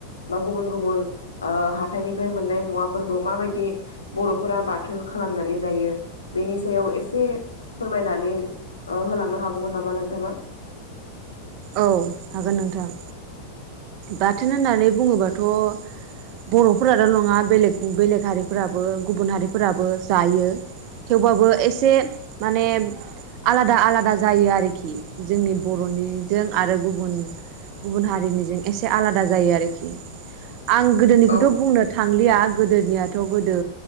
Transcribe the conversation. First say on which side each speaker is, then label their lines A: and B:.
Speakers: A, on the left; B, on the right.
A: बा गुबुन गुबुन ओ हाथाइनिफ्राय मोननाय मुवाफोरखौ माबायदि बर'फोरा बाथोन खालामनानै जायो बेनि सायाव एसे फोरमायनानै ओ होलांनो हागौमोन नामा नोंथाङा?
B: औ हागोन नोंथां। बाथोन होननानै बुङोबाथ' बर'फोराल' नङा बेलेग बेलेग हारिफोराबो गुबुन हारिफोराबो जायो। थेवबाबो एसे माने आलादा आलादा जायो आरोखि जोंनि बर'निजों आरो गुबुन गुबुन हारिनिजों एसे आलादा जायो आरोखि आं गोदोनिखौथ'
A: औ
B: बुंनो थांलिया गोदोनियाथ' गोदो